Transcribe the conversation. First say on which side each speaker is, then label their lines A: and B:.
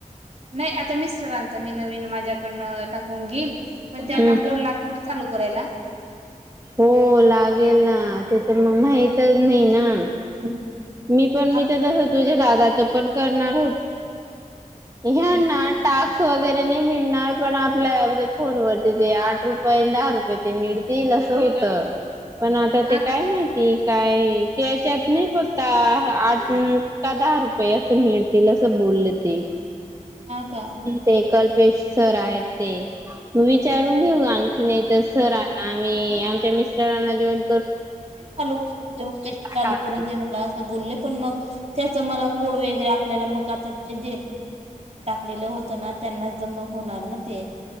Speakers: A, on the right; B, on the right.
A: नाही आता मिस्टरांचा मी नवीन माझ्याकडनं टाकून घेईल. पण त्यांना
B: हम्म
A: कोड लागेल ना चालू करायला.
B: हो लागेल ना, ते तर मग माहितच नाही ना.
A: <unintelligible>
B: मी पण
A: आपण
B: मी तर तसं तुझ्या हे
A: हम्म.
B: ना टाक्स वगैरे. नाही मिळणार पण आपल्या फोनवरती ते आठ रुपये दहा रुपये ते मिळतील असं होत पण आता
A: हा
B: ते काय
A: का.
B: माहिती, काय त्याच्यात नाही फक्त. आठ का दहा रुपये असं मिळतील. असं बोलले ते,
A: ह का.
B: ते कल्पेश सर आहेत. ते विचारून घेऊ आणखी एका सरांना, मी आमच्या मिस्टरांना घेवून,
A: ते चालू करून दे म्हणे. हे
B: टाकावा
A: चालू करून
B: लागेल
A: दे मला असं बोलले पण मग, त्याचं मला कोड वगैरे आपल्याला मग आता ते, लेलं होतं ना त्यांना जमा होणार ना ते